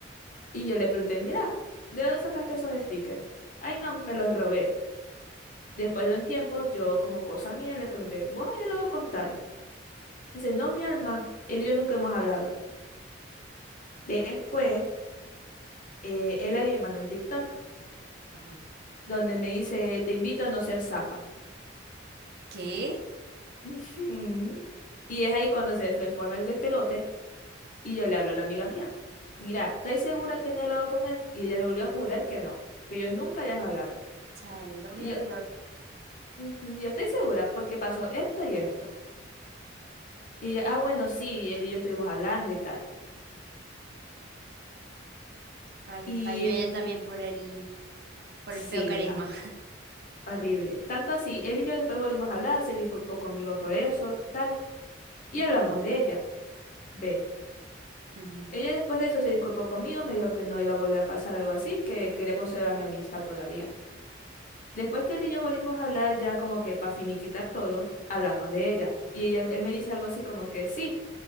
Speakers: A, on the left; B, on the right.
A: Y yo le pregunté, mira, ¿de dónde sacaste esos stickers? Ay, no, me los robé. Después de un tiempo, yo como cosa mía le pregunté, ¿vos habías hablado con tal? Y dice, no, mi alma, él y yo nunca hemos hablado. Después, eh, él a mí me mandó un TikTok
B: ajá.
A: donde me dice, te invito a no ser zapa.
B: ¿Qué?
A: Ujú. <laughs> Y es ahí cuando se fue de forma el despelote y yo le hablo a la amiga mía, mira, ¿estáis segura que no he hablado con él? Y ella me volvió a jurar que no, que ellos nunca habían hablado.
B: Chale, doble
A: Y yo,
B: dolor.
A: "Ujú, yo estoy segura porque pasó esto y esto. Y ella, ah, bueno, sí, él y yo estuvimos hablando y tal.
B: Rayos,
A: Y
B: cayó ella también por el, por
A: sí,
B: el feo carisma.
A: mija. Horrible. Tanto así, él y yo después volvimos a hablar, se disculpó conmigo por eso, tal, y hablamos de ella. Ve.
B: <laughs> Ujú.
A: Ella después de eso se disculpó conmigo, me dijo que no iba a volver a pasar algo así, que quería conservar mi amistad todavía. Después que él y yo volvimos a hablar, ya como que para finiquitar todo, hablamos de ella. Y ella, él me dice algo así como que sí,